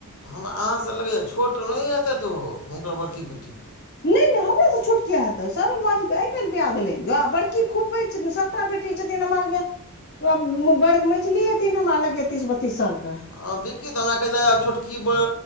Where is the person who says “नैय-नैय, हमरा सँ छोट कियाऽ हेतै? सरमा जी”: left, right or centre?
Left